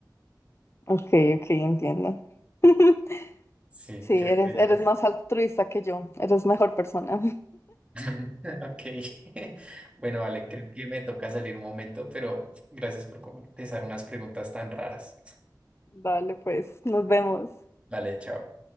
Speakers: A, on the left; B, on the right.
A: Ok, ok, entiendo. <laughs>
B: Sí,
A: Sí,
B: creo
A: eres,
B: que haría
A: eres
B: eso.
A: más altruista que yo. Eres mejor persona.
B: <laughs> Ok. <laughs> Bueno, vale, creo que me toca salir un momento, pero gracias por contestar unas preguntas tan raras.
A: <laughs> Dale, pues, nos vemos.
B: Vale, chao.